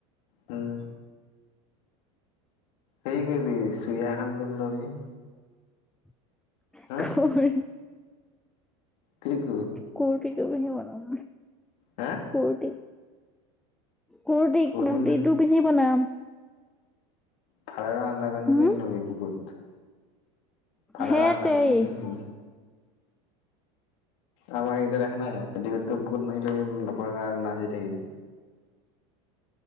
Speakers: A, on the left; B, in the centre.
A: উম। সেই কৰিবি চুইয়া এখনান পিন্ধি লবি।
B: ক?
A: হা কি ক
B: ক কি। তই হে বনাম।
A: হা
B: কুৰ্তি। কুুৰটি
A: কুৰ্তি
B: কুুৰটিটো
A: নাই
B: পিন্ধি বনাম।
A: ফাদাৰৰ আ্ন্দা পেন
B: হম
A: পিন্ধ লবি বুকুত। ফাদাৰৰ
B: হেত
A: আন্ধাৰ
B: তেৰি
A: পেনটো পিন্ধিম। আমাৰ এইকেইটা দেখা নাই পেটিকোট বুকুত মাৰি লবি নপৰা নাচি থাকিবি।